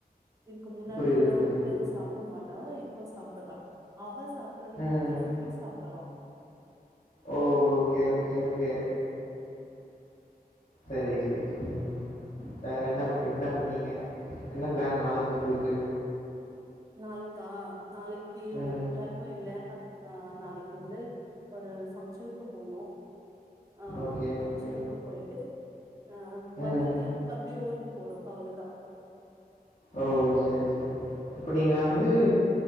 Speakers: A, on the right; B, on the left.
A: இதுக்கு முன்னாடில்லா
B: புரியுது, புரியுது.
A: வந்து சாப்புட மாட் டா இ ப்ப சாப்புர்றா‌ அவ சாப்புறத
B: ம்.
A: பாத்து குட்டி சாப் புட்றா
B: ஓ ஓகே ஓகே ஓகே சேரி செரி செரி வேறென்ன
A: ம்
B: ப என்ன பண்ணீங்க என்ன ப்ளான் நாளைக்கு உங்ளுக்கு?
A: நாளைக்கா நாளக்கி
B: ம்.
A: ஒரு ப்ளானு இல்ல அ அ நாளைக்கு வந்து ஒரு ஃபங்க்ஷனுக்கு போனு ஆ
B: ஓகே,
A: பங்க்ஷனுக்கு
B: ஓகே.
A: போயிட்டு அ
B: ம்.
A: வந்துட்டு மறுபடியு ஊருக்கு போனு அவ்ளதா
B: ஓ செரி செரி இப்ப நீங்க வந்து
A: ம்